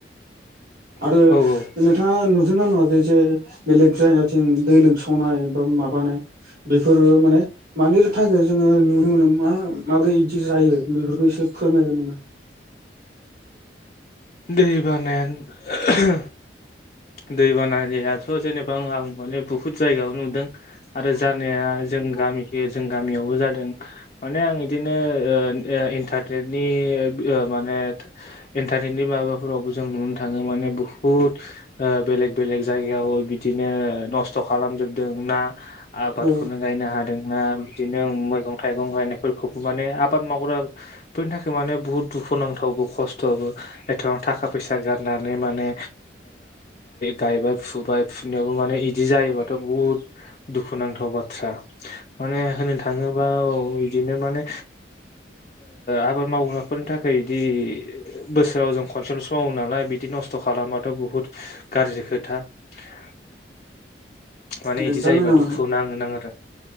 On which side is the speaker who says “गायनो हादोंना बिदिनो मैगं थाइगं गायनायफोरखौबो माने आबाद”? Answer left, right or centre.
Left